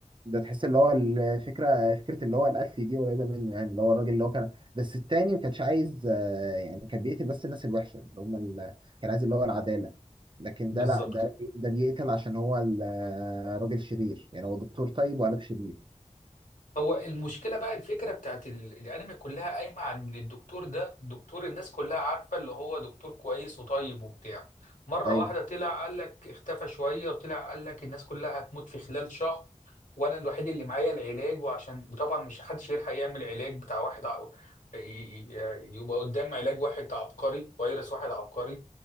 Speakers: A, on the right; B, on the left.
A: ده تحس اللي هو الفكره فكره اللي هو القتل دي قريبه منه يعني اللي هو الراجل اللي هو كان بس التاني ما كانش عايز آه، يعني كان بيقتل بس الناس الوحشه اللي هم ال... كان عايز اللي هو العداله لكن
B: بالظبط
A: ده لا ده ده بيقتل عشان هو ال- آه، راجل شرير يعني هو دكتور طيب وقلب شرير
B: هو المشكله بقى الفكره بتاعت ال- الانمي كلها قايمه عن إن الدكتور ده دكتور الناس كلها عارفه اللي هو دكتور كويس وطيب وبتاع مره
A: ايوه
B: واحده طلع قال لك اختفى شويه وطلع قال لك الناس كلها هتموت في خلال شهر وانا الوحيد اللي معايا العلاج وعشان وطبعا مش حدش يلحق يعمل علاج بتاع واحد ع... ي- ي- يبقى قدام علاج واحد عبقري فيروس واحد عبقري